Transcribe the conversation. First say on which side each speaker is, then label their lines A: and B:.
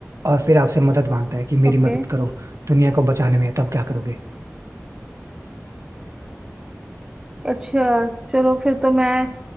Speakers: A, on the right; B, on the right.
A: और फिर आपसे मदद मांगता है कि मेरी
B: ओके
A: मदद करो दुनिया को बचाने में तो आप क्या करोगे
B: अच्छा चलो फिर तो मैं